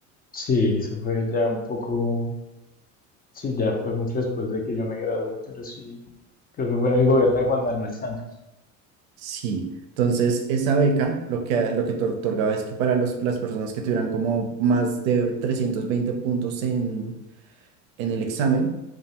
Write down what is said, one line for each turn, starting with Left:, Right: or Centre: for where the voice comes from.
Left: Sí, eso fue ya un poco, sí, ya fue mucho después de que yo me gradué, pero sí, creo que fue en el gobierno de Juan Manuel Santos.
Right: Sí, entonces esa beca lo que, lo que te otorgaba es que para los, las personas que tuvieran como más de 320 puntos en, en el examen,